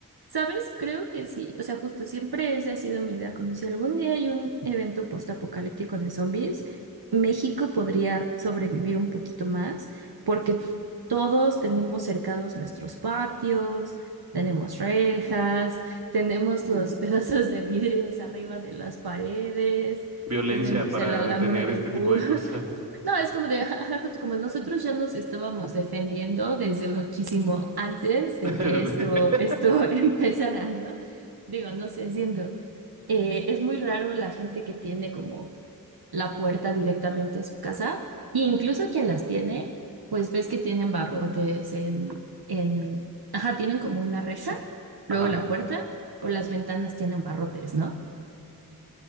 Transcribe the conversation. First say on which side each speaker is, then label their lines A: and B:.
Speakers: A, on the right; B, on the right.
A: ¿Sabes? Creo que sí. O sea, justo siempre esa ha sido mi idea, como si algún día hay un evento postapocalíptico de zombies, México podría sobrevivir un poquito más, porque todos tenemos cercados nuestros patios, tenemos rejas, tenemos
B: Ujú.
A: los <laughs> pedazos de vidrios arriba de las paredes,
B: Violencia
A: tenemos
B: para
A: el alambre
B: detener
A: de
B: este
A: púas.
B: tipo de cosas.
A: <laughs> No, es como de, ja, ja, ja, justo como nosotros ya nos estábamos defendiendo desde muchísimo antes de
B: <laughs>
A: que esto, esto <laughs> empezara, ¿no? Digo, no sé, siento, eh, es muy raro la gente que tiene como la puerta directamente a su casa, e incluso quien las tiene, pues ves que tienen barrotes en, en, ajá, tienen como una reja, luego
B: Ajá.
A: la puerta o las ventanas tienen barrotes, ¿no?